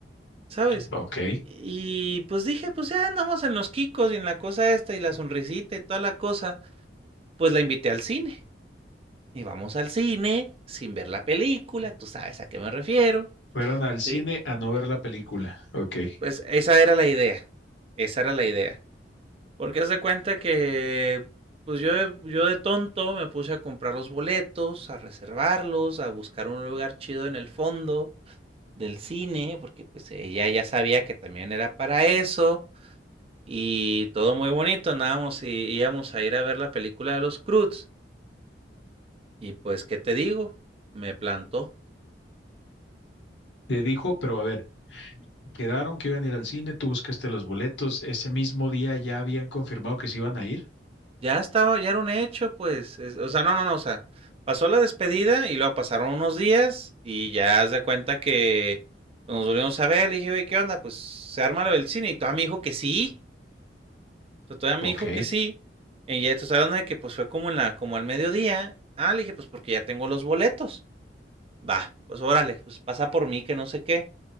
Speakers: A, on the right; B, on the left.
A: ¿sabes?
B: Ok.
A: Y pues dije, pues ya andamos en los quicos y en la cosa esta y la sonrisita y toda la cosa, pues la invité al cine. Y vamos al cine sin ver la película, tú sabes a qué me refiero,
B: Fueron al
A: ¿sí?
B: cine a no ver la película. Ok.
A: Pues esa era la idea, esa era la idea. Porque haz de cuenta que, pues yo, de- yo de tonto me puse a comprar los boletos, a reservarlos, a buscar un lugar chido en el fondo del cine, porque pues ella ya sabía que también era para eso. Y todo muy bonito, andábamos y íbamos a ir a ver la película de los Croods. Y pues, ¿qué te digo? Me plantó.
B: Te dijo, pero a ver, quedaron que iban a ir al cine, tú buscaste los boletos, ese mismo día ya habían confirmado que se iban a ir.
A: Ya estaba, ya era un hecho, pues. es- o sea, no, no, no, o sea, pasó la despedida y luego pasaron unos días y ya haz de cuenta que pues, nos volvimos a ver. Le dije, güey, ¿qué onda? Pues se arma lo del cine y todavía me dijo que sí. O sea, todavía
B: Ok,
A: me dijo que sí. Y ya estás hablando de que pues fue como en la, como al mediodía. Ah, le dije, pues porque ya tengo los boletos. Va, pues órale, pues pasa por mí que no sé qué.